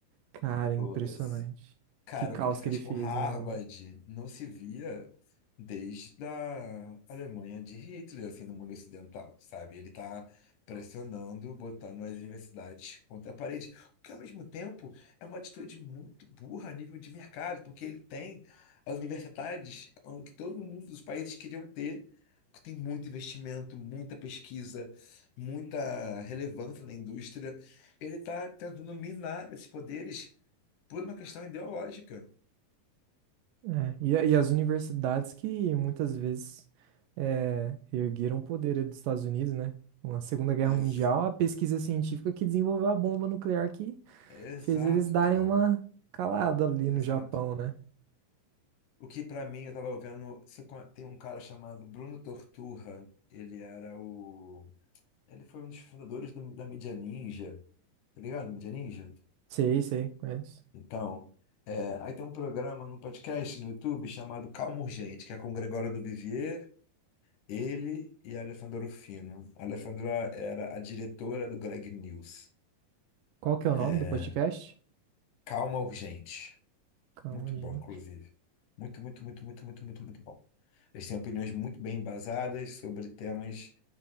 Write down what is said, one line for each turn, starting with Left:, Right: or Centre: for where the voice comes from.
Right: Cara, impressionante.
Left: todas. Cara,
Right: Que caos
Left: o que ele fez
Right: que ele fez,
Left: com Harvard
Right: mano.
Left: não se via desde a Alemanha de Hitler, assim, no mundo ocidental, sabe? Ele tá pressionando, botando as universidades contra a parede, o que ao mesmo tempo é uma atitude muito burra a nível de mercado, porque ele tem as universidades hum, que todo mundo dos países queriam ter, que tem muito investimento, muita pesquisa, muita relevância na indústria. Ele tá tentando minar esses poderes por uma questão ideológica.
Right: É, e, a- e as universidades que muitas vezes é, reergueram o poder dos Estados Unidos, né? Na Segunda Guerra
Left: Ex-
Right: Mundial, a pesquisa científica que desenvolveu a bomba nuclear que
Left: exato,
Right: fez eles darem
Left: cara.
Right: uma calada ali
Left: Exato.
Right: no Japão, né?
Left: O que pra mim eu tava vendo, você con- tem um cara chamado Bruno Torturra, ele era o ele foi um dos fundadores do- da mídia ninja. Tá ligado? Mídia ninja?
Right: Sei, sei, conheço.
Left: Então, é, aí tem um programa no podcast no YouTube chamado Calma Urgente, que é com o Gregório do Vivier, ele e a Alessandra Rufino. A Alessandra era a diretora do Greg News.
Right: Qual que é
Left: É,
Right: o nome do podcast?
Left: Calma Urgente.
Right: Calma,
Left: Muito
Right: gente.
Left: bom, inclusive. Muito, muito, muito, muito, muito, muito, muito bom. Eles têm opiniões muito bem embasadas sobre temas